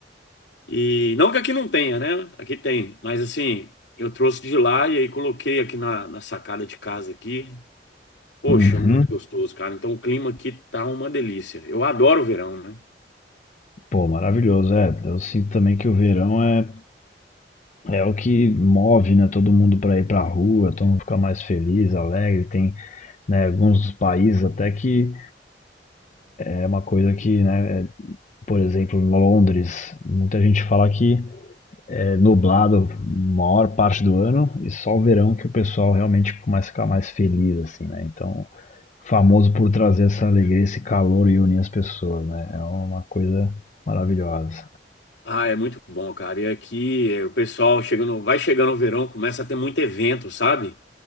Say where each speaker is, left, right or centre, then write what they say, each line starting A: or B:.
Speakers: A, on the left; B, on the left.
A: E não que aqui não tenha, né? Aqui tem. Mas assim, eu trouxe de lá e aí coloquei aqui na, na sacada de casa aqui. Poxa,
B: Uhum.
A: muito gostoso, cara. Então o clima aqui tá uma delícia. Eu adoro o verão, né?
B: Pô, maravilhoso. É, eu sinto também que o verão é, é o que move, né? Todo mundo pra ir pra rua, todo mundo fica mais feliz, alegre, tem né, alguns países até que é uma coisa que, né, é- por exemplo, em Londres, muita gente fala que é nublado a maior parte do ano e só o verão que o pessoal realmente começa a ficar mais feliz, assim, né? Então, famoso por trazer essa alegria, esse calor e unir as pessoas, né? É uma coisa maravilhosa.
A: Ah, é muito bom, cara. E aqui eh, o pessoal chegando, vai chegando o verão, começa a ter muito evento, sabe?